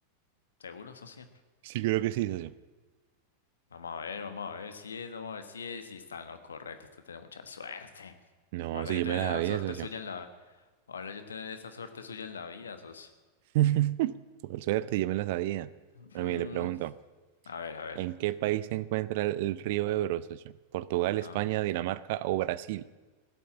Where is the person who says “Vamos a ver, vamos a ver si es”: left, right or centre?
Left